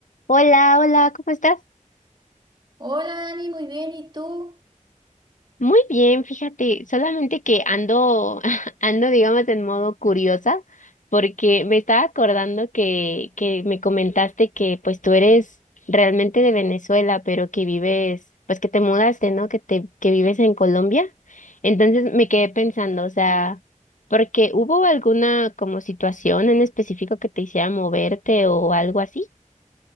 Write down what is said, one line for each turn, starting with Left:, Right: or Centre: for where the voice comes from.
Left: Hola, hola, ¿cómo estás?
Right: Hola Dani, muy bien, ¿y tú?
Left: Muy bien, fíjate, solamente que ando, <laughs> ando, digamos, en modo curiosa, porque me estaba acordando que, que me comentaste que pues tú eres realmente de Venezuela, pero que vives, pues que te mudaste, ¿no? Que te, que vives en Colombia. Entonces me quedé pensando, o sea, porque hubo alguna como situación en específico que te hiciera moverte o algo así.